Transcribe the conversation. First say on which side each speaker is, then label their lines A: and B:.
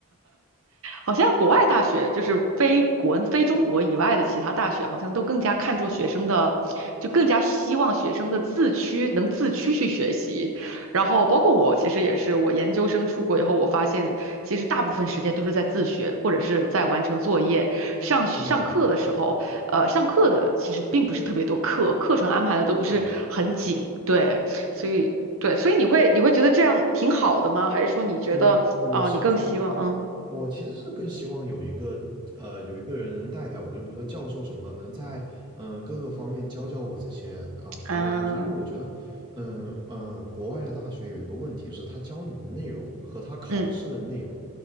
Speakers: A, on the right; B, on the right.
A: 好像国外大学就是非国非中国以外的其他大学，好像都更加看重学生的，就更加希望学生的自驱能自驱去学习。然后包括我，其实也是，我研究生出国以后，我发现其实大部分时间都是在自学，或者是在完成作业。上上课的时候，
B: 嗯，
A: 呃，上课的其实并不是特别多课，课程安排的都不是很紧，
B: 对。
A: 对，所以对，所以你会你会觉得这样挺好的吗？还是说你觉得啊、
B: 我我是觉得，
A: 你更希望嗯？
B: 我其实是更希望有一个呃有一个人能带带我，就比如说教授什么的，能在呃各个方面教教我这些啊、方面的东西，
A: 嗯
B: 因为我觉得，嗯、呃嗯、国外的大学有一个问题是，他教你的内容和他考试的内容，
A: 嗯，